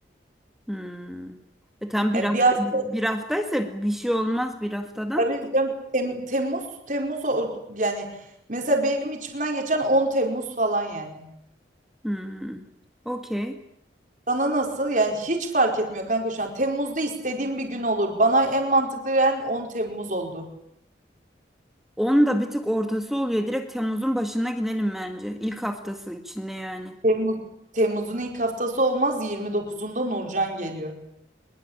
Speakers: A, in the centre; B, on the right.
A: Hmm. E tam bir
B: Yani
A: hafta
B: bir hafta
A: bir haftaysa bir şey olmaz bir haftadan.
B: tabii canım, Tem- Temmuz Temmuz or- yani mesela benim içimden geçen 10 Temmuz falan yani.
A: Hmm. Okey.
B: Sana nasıl? Yani hiç fark etmiyor kanka şu an. Temmuz'da istediğim bir gün olur. Bana en mantıklı gelen 10 Temmuz oldu.
A: Onun da bir tık ortası oluyor. Direkt Temmuz'un başına gidelim bence. İlk haftası içinde yani.
B: Temmuz, Temmuz'un ilk haftası olmaz. 29'unda Nurcan geliyor.